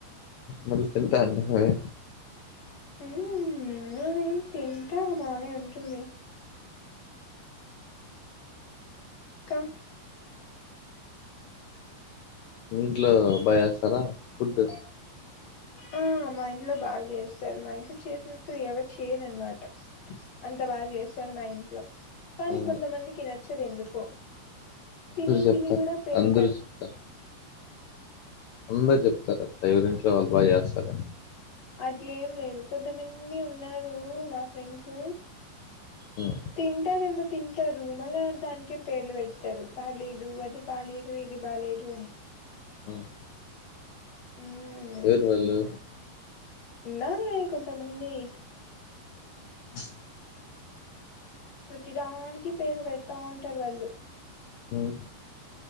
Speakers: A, on the left; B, on the left.
A: మళ్లీ తింటా అండి పోయి
B: హుమ్ ఎందుకు తిన్ తింటే బానే ఉంటుంది కమ్
A: ఇంట్లో బా చేస్తరా ఫుడ్
B: ఆ మా ఇంట్లో బాగా చేస్తారు మా ఇంట్లో చేసినట్టు ఎవరు చేయరనమాట అంత బాగా చేస్తారు మా ఇంట్లో కానీ
A: మ్మ్
B: కొంత మందికి నచ్ నచ్చదు ఎందుకో
A: అందరు
B: తిని
A: చెప్తారు
B: తిని గుడా పేర్లు
A: అందరు
B: పెడ
A: చెప్తారు అందరు చెప్తరు అట్ట ఎవరి ఇ వాళ్ళు బా చేస్తారా
B: అట్లేం లేదు కొంతమంది ఉన్నారు మా ఫ్రెండ్స్
A: మ్మ్
B: తింటారు ఏమో తింటారు మళ్ళా దానికే పేర్లు పెడతారు బాలేదు అది బాలేదు ఇది బాలేదు అని
A: హమ్
B: ఉమ్
A: ఎవరు వాళ్ళు
B: ఉన్నారులే కొంతమంది
A: అ
B: ప్రతి దానానికి పేర్రు పెడతా ఉంటారు వాళ్ళు
A: హమ్